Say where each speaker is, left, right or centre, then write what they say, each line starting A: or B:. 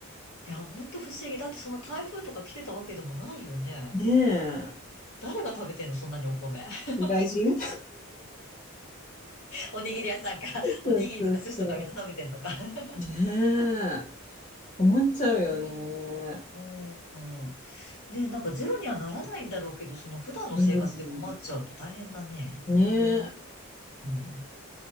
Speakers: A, on the left; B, on the left.
A: いや、ほんと不思議。だってそんな台風とか来てたわけでもないよね。
B: ね
A: 誰が食べてんのそんなにお米。<laughs>
B: え。外人
A: おにぎり屋さんか。<laughs>
B: そうそうそ
A: おにぎりとか寿司とかみんな食べてんのか。<laughs>
B: う。ねえ。困っちゃうよね。
A: ええうんうん。ねえ、なんかゼロにはならないんだろうけど、その普段の生活で困っちゃうと大変だね。
B: うん。ねえ。
A: ええうん。